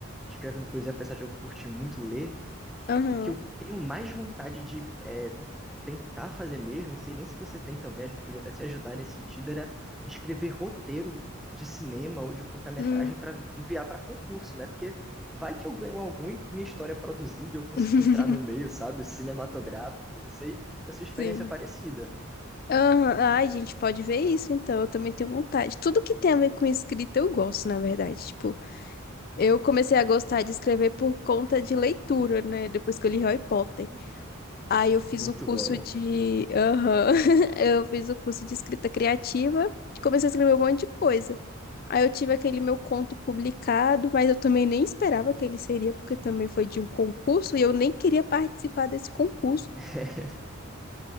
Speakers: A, in the centre; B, on the left (about 45°).
A: escrevendo poesia, apesar de eu curtir muito ler.
B: Aham.
A: O que eu tenho mais vontade de é, tentar fazer mesmo, não sei nem se você tem também, a gente podia até se ajudar nesse sentido, era escrever roteiro de cinema ou de curta-metragem
B: Hum.
A: para enviar para concurso, né? Porque vai que eu ganho algum e minha história é produzida, eu consigo
B: <laughs>
A: entrar no meio, sabe? Cinematográfico, não sei se a sua experiência
B: Sim.
A: é parecida.
B: Aham. Ai, a gente pode ver isso, então. Eu também tenho vontade. Tudo que tem a ver com escrita eu gosto, na verdade. Tipo, Eu comecei a gostar de escrever por conta de leitura, né? Depois que eu li Harry Potter.
A: Uhum.
B: Aí eu fiz
A: Muito
B: o curso
A: bom.
B: de. Aham. <laughs> Eu fiz o curso de escrita criativa e comecei a escrever um monte de coisa. Aí eu tive aquele meu conto publicado, mas eu também nem esperava que ele seria, porque também foi de um concurso e eu nem queria participar desse concurso.
A: <laughs>